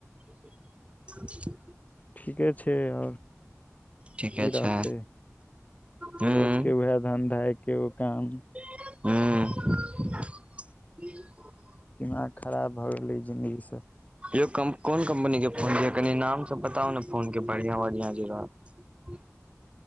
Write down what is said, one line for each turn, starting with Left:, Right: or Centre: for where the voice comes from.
Right: <unintelligible>
Left: ठीके छै आओर
Right: ठीके
Left: की रहतै
Right: छै हूँ
Left: रोज के उएह धन्धा एके गो काम
Right: हू
Left: दिमाग खराब भऽ गेलै जिन्दगीसँ
Right: यौ कोन कम्पनी के फोन या कनी नाम सब बताउ ने फोन के बढ़िया बढ़िया जे रह <unintelligible>